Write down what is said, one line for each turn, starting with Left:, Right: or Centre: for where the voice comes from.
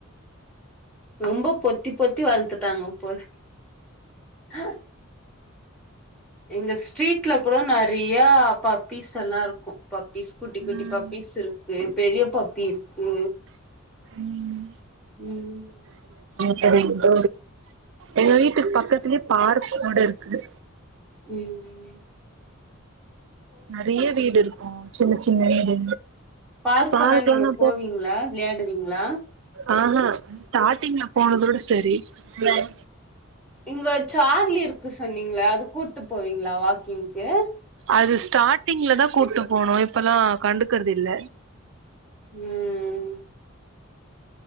Centre: ரொம்ப பொத்தி பொத்தி வளத்துட்டாங்கப் <inaudible> ஆஹ் எங்க ஸ்ட்ரீட்ல கூட நிறைய பாபீஸ் எல்லாம் இருக்கும் பாப்பிஸ் குட்டி குட்டி
Right: ம்
Centre: பாப்பீஸ் இருக்கு பெரிய பாப்பி இருக்கு
Right: ம்
Centre: உம்
Right: செரிங்க எங்க வீட்டுக்கு பக்கத்து <unintelligible> பார்க் கூட இருக்கு
Centre: உம் உம்
Right: நிறைய வீடு இருக்கும் சின்ன சின்ன வீடு
Centre: பார்க்கே
Right: பார்க்லா
Centre: எல்லாம் நீங்க
Right: நா
Centre: போவீங்களா விளையாடுவீங்களா
Right: ஆஹஹா ஸ்டார்டிங்ல போனதோட சரி <unintelligible>
Centre: இங்க சார்லி இருக்கு சொன்னீங்கள அது கூட்டு போவீங்களா வாக்கிங் க்கு
Right: அது ஸ்டார்டிங்ல தான் கூப்பிட்டு போனும் இப்பல்லாம் கண்டுக்கறது இல்ல
Centre: ம்